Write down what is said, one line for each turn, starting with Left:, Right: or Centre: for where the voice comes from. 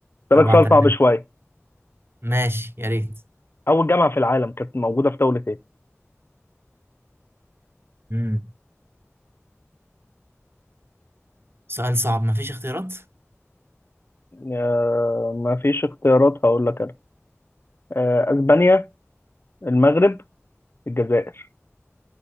Left: سألك
Right: أربعة
Left: سؤال
Right: تلاتة
Left: صعب شوية
Right: ماشي يا ريت
Left: أول جامعة في العالم كانت موجودة في دولة ايه؟
Right: امم سؤال صعب مفيش اختيارات
Left: آه ما فيش اختيارات هقول لك أنا آه أسبانيا المغرب الجزائر